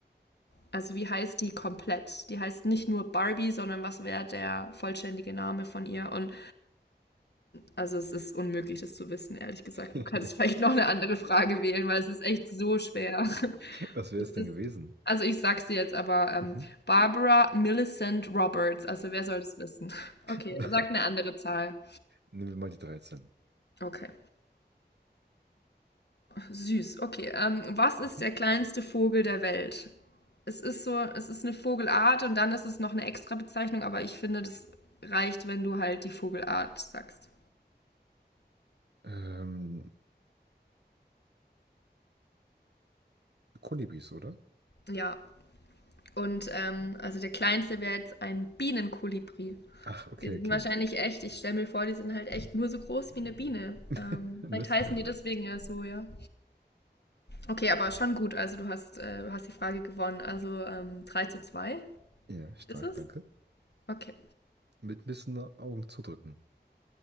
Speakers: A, on the left; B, on the right.
A: Also wie heißt die komplett? Die heißt nicht nur Barbie, sondern was wäre der vollständige Name von ihr? Und also es ist unmöglich, das zu wissen, ehrlich gesagt.
B: <laughs>
A: Du kannst vielleicht noch eine andere Frage wählen, weil es ist echt so schwer. <laughs>
B: Was wäre
A: Es
B: es denn
A: ist,
B: gewesen?
A: also ich sag's dir jetzt aber, ähm,
B: Mhm.
A: Barbara Millicent Roberts. Also wer soll das wissen? Okay,
B: <laughs> Nein.
A: sag eine andere Zahl.
B: Nehmen wir mal die 13.
A: Okay. Süß, okay. Ähm, was ist
B: Mhm.
A: der kleinste Vogel der Welt? Es ist so, es ist eine Vogelart und dann ist es noch eine extra Bezeichnung, aber ich finde, das reicht, wenn du halt die Vogelart sagst.
B: Ähm, Kolibris, oder?
A: Ja, und ähm, also der kleinste wäre jetzt ein Bienenkolibri.
B: Ach, okay,
A: Die sind
B: okay.
A: wahrscheinlich echt, ich stelle mir vor, die sind halt echt nur so groß wie eine Biene.
B: <laughs>
A: Ähm,
B: Müssen
A: vielleicht heißen
B: da
A: die
B: sein.
A: deswegen ja so, ja. Okay, aber schon gut, also du hast, äh, du hast die Frage gewonnen. Also ähm, 3 zu zwei
B: Ja, stark,
A: ist es?
B: danke.
A: Okay.
B: Mit ein bisschen Augen zudrücken.